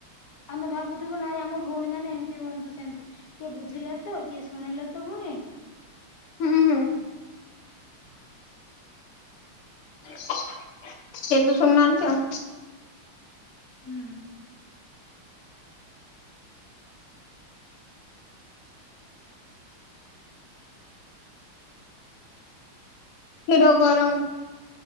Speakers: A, on the left; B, on the left.
A: ଆମେ ଭାବୁଥିବୁ ନାଇଁ ଆମ ଭଉଣୀ ମାନେ ଏମତି ହୁଅନ୍ତୁ ସେମିତି କିଏ ବୁଝିଲେ ତ କିଏ ଶୁଣିଲେ ତ ପୁଣି
B: ହୁଁ ହୁଁ।
A: ହୁଁ
B: କେହି ତ ଶୁଣୁନାହାନ୍ତି ଆଉ
A: ହୁଁ।
B: କ୍ଷୀର ଗରମ